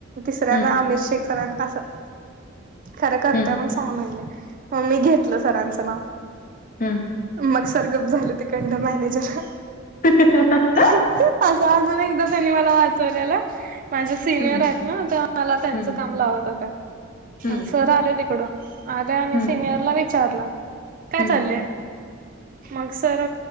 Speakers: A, on the right; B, on the left.
A: तिसऱ्यांना
B: हं,
A: आमिर शेखर स्यांना असं खरं करतंय
B: हं,
A: सांग म्हणले मग मी घेतल सरांचं नाव
B: ह
A: मग सर गप झालं ते काहींदा ते मॅनेजर
B: ह <unintelligible>
A: असं अजून एकदा त्यांनी वाचवलेलं माझे सीनियर
B: हं,
A: आहेत ह ते मला त्यांचं
B: हं,
A: काम लावत होते
B: हं,
A: आणि सर आले तिकडून आल्या आणि
B: हं,
A: सिनियरला विचारला काय
B: हं,
A: चाललंय मग सर